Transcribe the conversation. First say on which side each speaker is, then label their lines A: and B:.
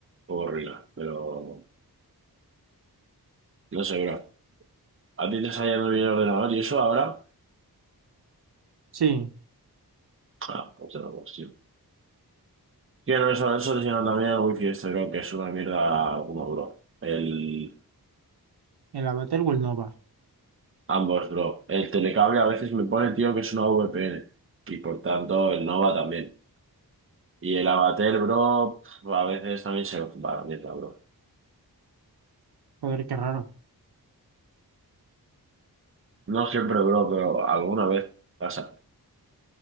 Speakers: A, on the right; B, on the right.
A: poco ruina, pero no sé, bro. ¿A ti te está yendo bien el ordenador y eso ahora?
B: Sí,
A: Ah, otra cuestión. Tío, no, eso, eso te llena también el wifi este, bro, que es una mierda como, bro. El...
B: el Avatar o el Nova.
A: Ambos, bro. El telecable a veces me pone, tío, que es una VPN. Y por tanto, el Nova también. Y el abatel, bro, pf, a veces también se va a la mierda, bro.
B: Joder, qué raro.
A: No siempre, bro, pero alguna vez pasa.